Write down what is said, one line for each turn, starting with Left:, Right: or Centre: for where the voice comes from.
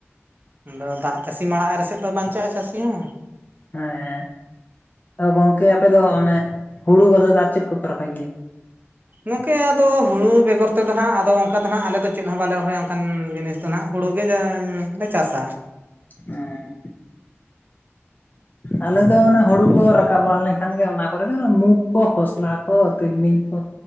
Right: ᱟᱫᱚ ᱫᱟᱜ ᱪᱟᱹᱥᱤ ᱢᱟᱲᱟᱜ ᱟᱨ ᱨᱮ ᱥᱮᱫ ᱫᱚ ᱵᱟᱧᱪᱟᱜᱼᱟ ᱪᱟᱹᱥᱤ ᱦᱚᱸ᱾
Left: ᱦᱮᱸ ᱟᱫᱚ ᱜᱚᱝᱠᱮ ᱟᱯᱮ ᱫᱚ ᱚᱱᱮ ᱦᱩᱲᱩ ᱵᱟᱫᱮ ᱫᱚ ᱟᱨ ᱪᱮᱫ ᱠᱚᱯᱮ ᱨᱚᱦᱚᱭ ᱜᱮᱭᱟ <inaudible>
Right: ᱜᱚᱝᱠᱮ ᱟᱫᱚ ᱦᱩᱲᱩ ᱵᱮᱜᱚᱨ ᱛᱮᱫᱚ <inaudible> ᱟᱫᱚ ᱚᱱᱠᱟ ᱫᱚ ᱱᱟᱦᱟᱸᱜ ᱟᱞᱮᱫᱚ ᱪᱮᱫ ᱦᱚᱸ ᱵᱟᱞᱮ ᱨᱚᱦᱚᱭ ᱟ ᱚᱱᱠᱟᱱ ᱡᱤᱱᱤᱥ <unintelligible> ᱦᱩᱲᱩ ᱜᱮ <inaudible> ᱞᱮ ᱪᱟᱥ ᱟ
Left: ᱦᱮᱸ ᱟᱞᱮ ᱫᱚ ᱚᱱᱮ ᱦᱩᱲᱩ ᱠᱚ ᱨᱟᱠᱟᱵ ᱵᱟᱲᱟ ᱞᱮᱱ ᱠᱷᱟᱱ ᱜᱮ ᱚᱱᱟ ᱠᱚᱨᱮ ᱜᱮ ᱢᱩᱠ ᱠᱚ ᱠᱷᱚᱥᱞᱟ ᱠᱚ ᱛᱤᱞᱢᱤᱧ ᱠᱚ